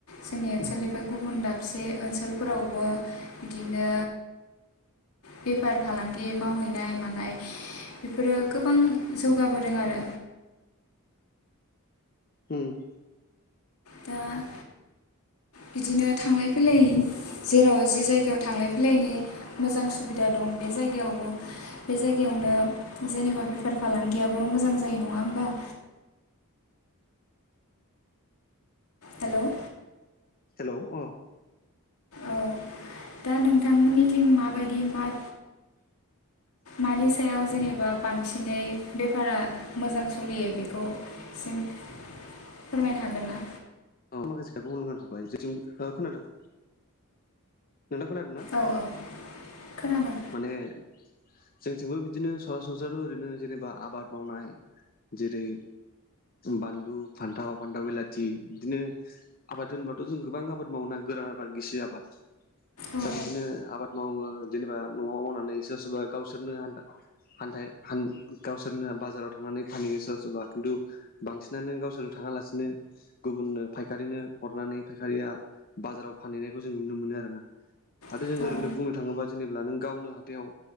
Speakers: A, on the left (about 80°); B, on the left (about 40°).
A: जोंनि ओनसोलनिफ्राय गुबुन दाबसे ओनसोलफोरावबो बिदिनो बेफार फालांगि मावहैनाय मानाय बेफोरो गोबां जौगाबोदों आरो
B: हम-
A: दा- बिदिनो थांलाय फैलाय जेराव जि जायगायाव थांलाय फैलायनि मोजां सुबिदा दं बे जायगायावबो बे जायगायावनो जेनेबा बेफार फालांगियाबो मोजां जायो नङा होम्बा हेल'
B: औ- उम
A: औ- दा नोंथांनिथिं माबायदि मा
B: <unintelligible>
A: मानि सायाव जेनेबा बांसिनै बेफारा मोजां सोलियो बेखौ सिम फोरमायनो हागोन ना
B: माखासे खोखौनो गां <inaudible> खाबाय जे ज खोनादों नोंथाङा खोनादों ना
A: औ- औ- खोनादों
B: माने जोंथिंबो बिदिनो सरासनस्रा ओरैनो जेनेबा आबाद मावनाय जेरै बानलु फान्थाव फान्थाव बिलाथि बिदिनो आबाद होनबाथ' जों गोबां आबाद मावा गोरान आबाद गिसि आबाद
A: औ
B: दा बिदिनो आबाद मावो जेनेबा न'आव मावनानै सोरबा सोरबा गावसोरनो आन्दा हान्थ हान गावसोरनो बाजाराव थांनानै फानहैयो सोरबा सोरबा खिन्थु बांसिनानो गावसोरो थाङालासिनो गुबुननो फायखारिनो हरनानै फायखारिया बाजाराव फानहैनायखौ जों नुनो मोनो आरो ना आरो
A: औ
B: जों
A: औ
B: ओरैनो बुंनो थाङोबा जेब्ला नों गावनो हाथायाव